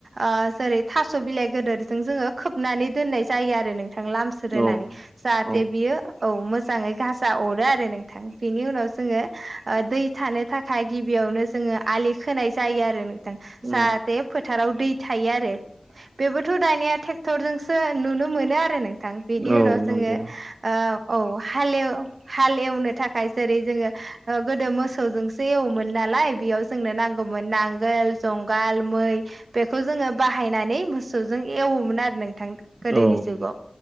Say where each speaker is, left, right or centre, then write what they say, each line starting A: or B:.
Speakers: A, on the right (about 90°); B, on the right (about 60°).
A: ओ जेरै थास' बिलाइ गद बेदरजों जोङो खोबनानै दोननाय जायो आरो नोंथां लामसोरानै
B: औ
A: जाहाथे
B: औ
A: बियो औ मोजाङै गाजा अरो आरो नोंथां बेनि उनाव जोङो ओ दै थानो थाखाय गिबियावनो जोङो आलि खोनाय जायो आरो नोंथां जाहाथे
B: उम
A: फोथाराव दै थायो आरो बेबोथ' दानिया ट्रेक्टरजोंसो नुनो मोनो आरो नों थां बिनि
B: औ
A: उनाव जोङो
B: नंगौ
A: औ हालेव हालेवनो थाखाय जेरै जोङो गोदो मोसौजों दैयावमोन नालाय बेयाव जोंनो नांगौमोन नांगोल जंगाल मै बेखौ जो बायहाय नानै मोसौजों एवोमोन आरो नोंथां गोदोनि
B: औ
A: जुगाव